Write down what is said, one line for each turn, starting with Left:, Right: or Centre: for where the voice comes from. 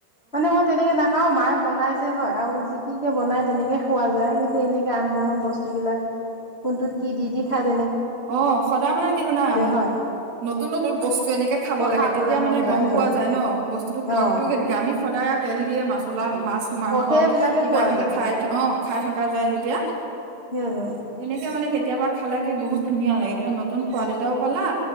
Left: মানে মই তেনেকে নাখাও মায়ে বনাই হয় আৰু যি কি কি বনাই তেনেকে খোৱা যায়। কিন্তু এনেকে আন কমন বস্তু বিলাক কোনটোত কি দি দি খায়
Right: অ সদায় মানে কি জানা,
Left: হয়
Right: নতুন নতুন বস্তু এনেকে খ
Left: অ খাবলে
Right: তেতিয়া মানে
Left: মন
Right: গম
Left: সেইটোৱে
Right: যায় ন। বস্তুতো সুৱাদতটো
Left: অ
Right: কেনেকে আমি সদায় তেল দিয়ে মাছ চলাম। মাছ মাংস
Left: অ সেইবিলাকে
Right: কিবা
Left: খোৱা
Right: কিবি
Left: যায়
Right: খাই অ খাই থকা যায় যেতিয়া,
Left: সেইটোৱে
Right: এনেকে মানে কেতি কেতিয়াবা খালে কি বহুত ধুনীয়া লাগে তুমাৰ নতুন সোৱাদ এটাও পালা